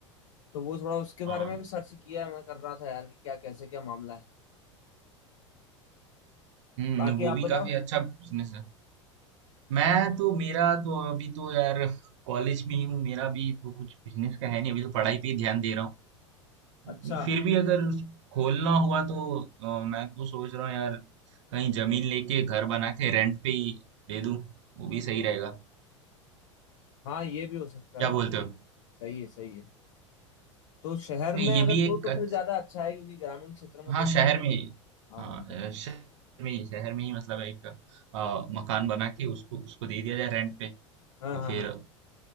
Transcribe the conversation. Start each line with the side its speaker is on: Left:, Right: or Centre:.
Left: तो वो थोड़ा उसके
Right: हाँ
Left: बारे में भी सर्च किया है मैं कर रहा था यार कि क्या कैसे क्या मामला है
Right: हम्म
Left: बाकी
Right: वो भी
Left: आप बताओ
Right: काफी अच्छा बिजनेस है मैं तो मेरा तो अभी तो यार कॉलेज में ही हूँ मेरा भी तो कुछ बिजनेस का है नहीं अभी तो पढ़ाई पे ही ध्यान दे रहा हूँ लेकिन
Left: अच्छा
Right: फिर भी अगर खोलना हुआ तो अ, मैं तो सोच रहा हूँ यार कहीं जमीन लेके घर बना के रेंट पे ही दे दूँ वो भी सही रहेगा
Left: हाँ ये भी हो सकता
Right: क्या
Left: है भाई
Right: बोलते हो
Left: सही है सही है तो शहर
Right: ये
Left: में
Right: ये
Left: अगर
Right: भी
Left: दो
Right: एक
Left: तो
Right: अच्छ-
Left: फिर ज्यादा अच्छा है क्योंकि ग्रामीण क्षेत्र में
Right: हाँ
Left: तो इसका
Right: शहर में ही,
Left: हाँ
Right: हाँ
Left: हाँ
Right: अ, शहर में ही शहर में ही मतलब एक अ, मकान बना के उसको उसको दे दिया जाए रेंट पे तो
Left: हाँ हाँ
Right: फिर
Left: हाँ